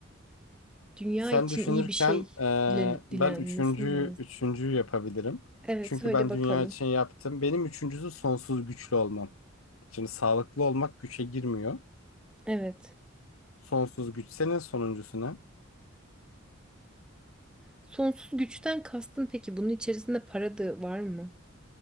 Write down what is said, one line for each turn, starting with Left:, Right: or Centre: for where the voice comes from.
Centre: Dünya
Left: Sen
Centre: için
Left: düşünürken
Centre: iyi bir şey
Left: eee,
Centre: dilen dilenmesi
Left: ben üçüncü,
Centre: mi lazım?
Left: üçüncüyü yapabilirim.
Centre: Evet
Left: Çünkü
Centre: söyle
Left: ben
Centre: bakalım.
Left: dünya için yaptım. Benim üçüncüsü sonsuz güçlü olmam. Şimdi sağlıklı olmak güçe girmiyor.
Centre: Evet.
Left: Sonsuz güç senin sonuncusu ne?
Centre: Sonsuz güçten kastın peki bunun içerisinde para da var mı?